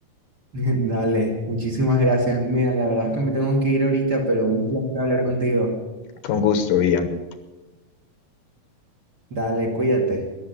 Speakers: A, on the right; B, on the left.
A: <laughs> Dale, muchísimas gracias. Mira, la verdad es que me tengo que ir ahorita, pero un placer hablar contigo.
B: Con gusto, Ian.
A: Dale, cuídate.